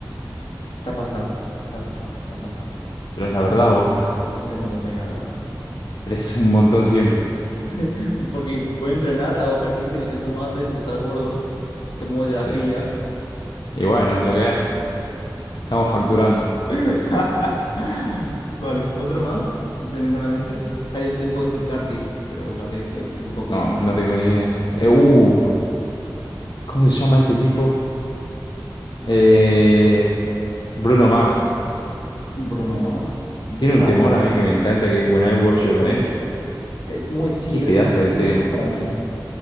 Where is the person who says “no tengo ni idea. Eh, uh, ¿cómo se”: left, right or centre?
Left